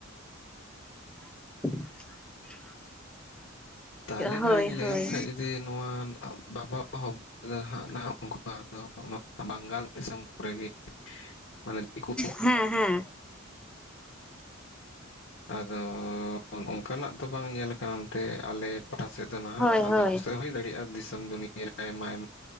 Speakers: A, in the centre; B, on the left.
A: ᱪᱮᱫ ᱦᱚᱸ ᱵᱟᱝ ᱟᱸᱡᱚᱢ ᱴᱷᱤᱠᱟᱹᱜ ᱠᱟᱱᱟ ᱾
B: ᱛᱟᱦᱞᱮ ᱱᱟ
A: ᱦᱳᱭ
B: ᱦᱟᱸᱜ ᱤᱧ
A: ᱦᱳᱭ
B: ᱞᱟᱹᱭ ᱟᱢ ᱠᱷᱟᱡ ᱡᱩᱫᱤ ᱱᱚᱣᱟ ᱵᱟᱵᱟ ᱦᱚᱵᱚᱨ ᱫᱚ ᱦᱟᱸᱜ ᱵᱟᱝᱜᱟᱞ ᱫᱤᱥᱚᱢ ᱠᱚᱨᱮ ᱜᱮ ᱢᱟᱱᱮ ᱫᱤᱠᱩ
A: ᱦᱮᱸᱻ ᱦᱮᱸᱻ
B: ᱟᱫᱚᱻ ᱚᱱᱠᱟᱱᱟᱜ ᱫᱚ ᱵᱟᱝ ᱧᱮᱞ ᱟᱠᱟᱱᱟ ᱱᱚᱛᱮ ᱟᱞᱮ ᱯᱟᱦᱴᱟ ᱥᱮᱫ ᱫᱚ ᱱᱟᱦᱟᱜ
A: ᱦᱳᱭ ᱦᱳᱭ
B: ᱫᱤᱥᱚᱢ ᱫᱩᱱᱤᱭᱟᱹ ᱟᱭᱢᱟ-ᱟᱭᱢᱟ